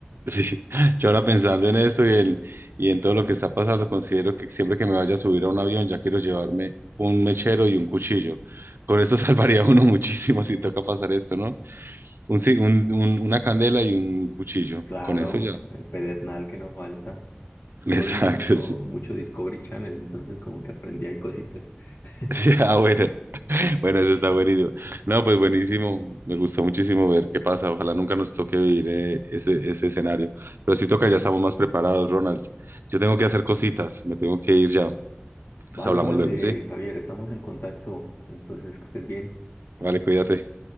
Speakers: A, on the right (about 65°); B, on the left (about 80°).
A: Sí, <laughs> yo ahora pensando en esto y en, y en todo lo que está pasando, considero que siempre que me vaya a subir a un avión ya quiero llevarme un mechero y un cuchillo. Con eso <laughs> salvaría a uno muchísimo si toca pasar esto, ¿no? Un, ci- un- un- una candela y un cuchillo.
B: Claro,
A: Con eso ya.
B: el pedernal que no falta.
A: <laughs> Exacto,
B: Yo vi mucho,
A: sí.
B: mucho Discovery Channel, entonces como que aprendí ahí cositas. <laughs>
A: Sí, ah, bueno. <laughs> Bueno, eso está buenísimo. No, pues buenísimo. Me gustó muchísimo ver qué pasa. Ojalá nunca nos toque vivir eh, ese, ese escenario. Pero si toca, ya estamos más preparados, Ronald. Yo tengo que hacer cositas. Me tengo que ir ya. Pues
B: Vale,
A: hablamos
B: vale,
A: luego, ¿sí?
B: Javier, estamos en contacto, entonces que estés bien.
A: Vale, cuídate.